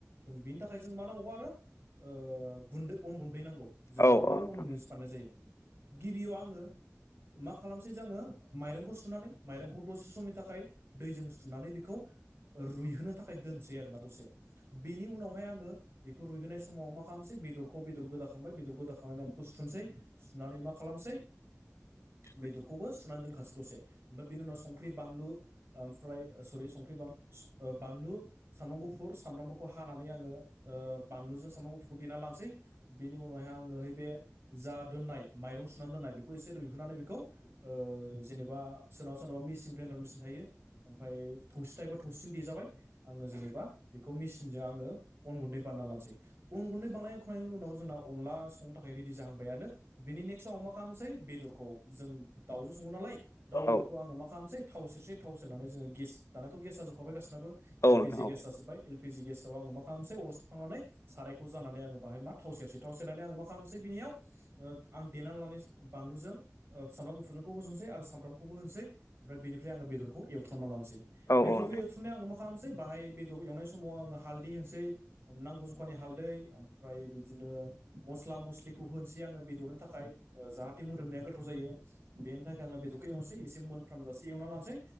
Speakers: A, on the right; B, on the left.
A: ओ बिनि थाखाय जों मा नांगौ आरो ओ गुन्दै अन गुन्दै नांगौ जों
B: औ
A: अनलाखौ
B: औ
A: अन गुन्दैसो बानायनाय जायो। गिबियाव आङो मा खालामसै जोङो माइरंखौ सुनानै माइरंखौ दसे समनि थाखाय दैजों सुनानै बेखौ रुइहोनो थाखाय दोनसै आरोना दसे बेनि उनावहाय आङो बेखौ रुइहोनाय समाव मा खालामसै बेख बेदरखौ बेदर गोदाखांबाय बेदर गोदाखांनानै आं बेखौ सुुनसै सुनानै मा खालामसै
B: <inaudible>
A: बेदरखौबो सुनानै दोनखासै दसे ओमफाय बेनि उनाव संख्रि बानलु ओ ओमफ्राय ओ सरि संख्रि बान सु ओ बानलु सामब्राम गुफुर सामब्रामफोरखौ हानानै आङो ओ बानलुजों सामब्राम गुफुरखौ देना लानोसै बेनि उनावहाय आङो हैै बे जा दोननाय माइरं सुनानै दोननाय बेखौ एसे रुइ थुनानै बेखौ ओ जेनेबा सोरनावबा सोरनावबा मिसिन ग्रेन्डार मिसिन थायो ओमफ्राय थौसि थायोबा थौ थौसिजों देजाबाय आङो जेनेबा बेखौ मेसिनजों आङो अन गुन्दै बानायना लानोसै अन गुन्दै बां बानायखांनायनि उनाव जोंना अनला संनो थाखाय रेडि जाहांबायानो बेनि नेक्स्टआव मा खालामनोसै बेदर खौ जों दाउजों सङो नालाय दाउ बेदरखौ
B: औ
A: आङो मा खालामनोसै थाव सेरसै थाव सेरनानै जोङो गेस दानाथ' गेज जाजुबखा खाबाय गासिनाबो
B: नोंथां
A: एल पि जि गेस जाजोब्बाय एल पि जि गेस आव आङो मा खालामसै अर सुखांनानै सारायखौ जान्नानै आङो बाहाय मा थाव सेरसै थाव सेरनानै आङो मा खालामसै बिनिआव ओ आं देनानै लानायस बानलुजों ओ ओ सामब्राम गुुफुरनिखौ होस'नोसै आरो सामब्रामखौबो होनोसै ओमफ्राय बेनिफ्राय आङो बेदरखौ एवथ्रमना लानोसै
B: औ औ
A: बेदरखौ
B: औ
A: एवथ फुनायाव आं मा खालामसै बाहाय बे दरखौ एवनाय समाव आं हालदै होनोसै अ नांगौ जखानि हालदै ओमफ्राय बिदिनो मसल स्ला मस्लिखौ होनसै आङो बेदरनो थाखाय ओ जाहाथे मोदोमनाया गोथ थ जायो बेनि थाखाय आङो बेदरखौ एवनोसै एसे मोनफ्राम जासे एवना लानोसै